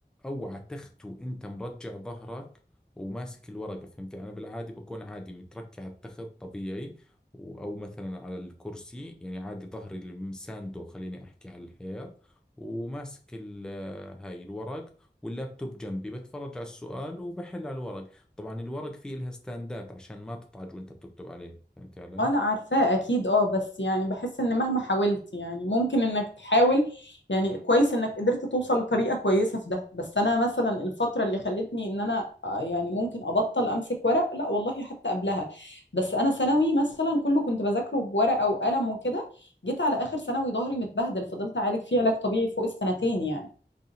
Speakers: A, in the centre; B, on the left.
A: او على تخت وانت مرجع ظهرك وماسك الورقة فهمت انا بالعادي بكون عادي متركع على التخت طبيعي و- او مثلا على الكرسي يعني عادي ظهري المساندو خليني احكي على الحيط وماسك ال- هاي الورق واللابتوب جنبي بتفرج على السؤال وبحل على الورق طبعا الورق فيه لها ستاندات عشان ما تطعج وانت بتكتب عليه فهمت علي
B: اه انا عارفاه اكيد اه بس يعني بحس ان مهما حاولت يعني ممكن انك تحاول يعني كويس انك قدرت توصل لطريقه كويسه في ده بس انا مثلا الفتره اللي خلتني ان انا آه، يعني ممكن ابطل امسك ورق لا والله حتى قبلها بس انا ثانوي مثلا كله كنت بذاكره بورقه وقلم وكده جيت على اخر ثانوي ظهري متبهدل فضلت اعالج فيه علاج طبيعي فوق السنتين يعني